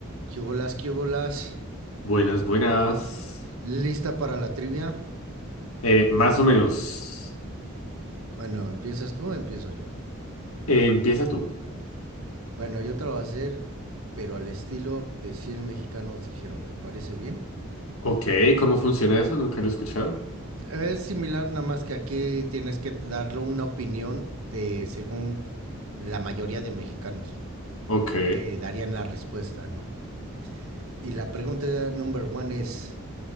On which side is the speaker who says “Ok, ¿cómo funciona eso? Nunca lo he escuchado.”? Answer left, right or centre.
Left